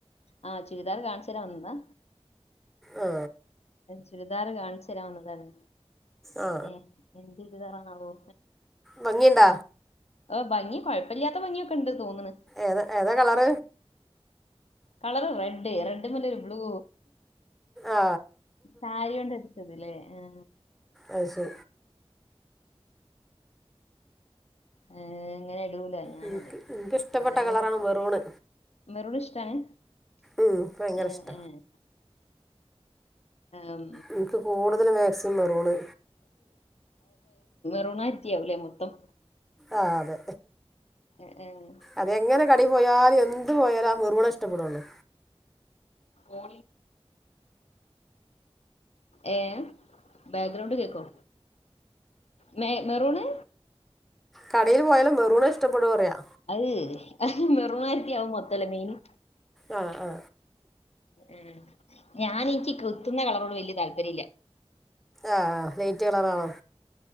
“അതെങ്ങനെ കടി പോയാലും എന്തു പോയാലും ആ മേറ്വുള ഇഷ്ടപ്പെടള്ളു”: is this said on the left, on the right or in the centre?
Centre